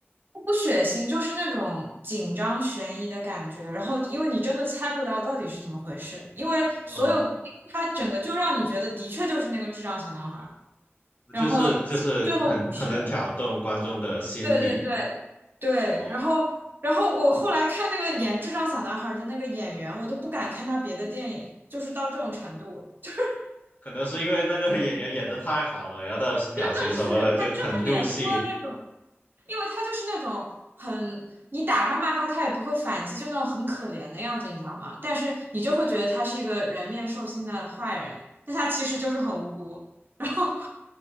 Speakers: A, on the right; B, on the left.
A: 不血腥，就是那种紧张悬疑的感觉。然后因为你真的猜不到到底是怎么回事，因为所有因为它整个就让你觉得的确就是那个智障小男孩儿，
B: 嗯。
A: 然后最后不是。
B: 就是就是很很能挑动观众的心理
A: 对对对对，
B: 哦，
A: 然后然后我后来看那个演《智障小男孩》的那个演员，我都不敢看他别的电影，就是到这种程度，<laughs>
B: 可能是因为那个演员演的太好了，然后他的表情什么的就很入戏，
A: 真的是他真的演出了那种，因为他就是那种很你打他骂他，他也不会反击，就那种很可怜的样子，你知道吗？但是你就会觉得他是一个人面兽心的坏人，但他其实就是很无辜，<laughs> 然后